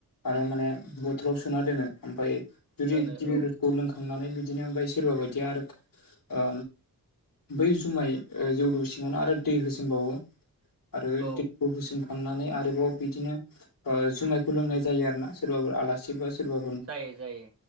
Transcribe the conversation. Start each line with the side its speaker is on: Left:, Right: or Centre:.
Left: आरो माने बथलाव सोना दोनो ओमफ्राय जुदि
Right: दोनो
Left: गिबिफोरखौ
Right: औ
Left: लोंखांनानै बिदिनो ओमफ्राय सोरबा बादिया आरो ओ बै जुमाय जौदो सिङावनो आरो दै होसोमबावो आरो
Right: औ
Left: खौ होसोमखांनानै आरोबाव बिदिनो ओ जुमायखौ लोंनाय जायो आरोना सोरबाफोर आलासि बा सोरबा
Right: जायो जायो